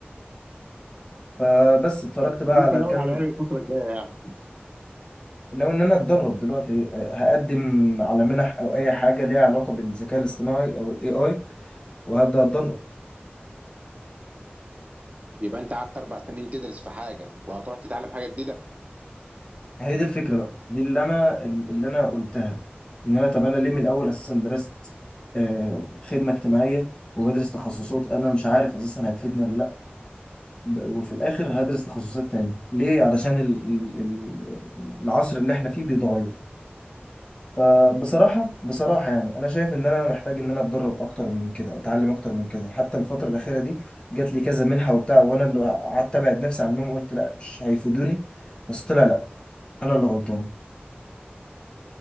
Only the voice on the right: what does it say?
طب انت
ناوي
على ايه الفترة الجاية يعني؟
يبقى انت قعدت اربع سنين تدرس في حاجة وهتروح تتعلم حاجة جديدة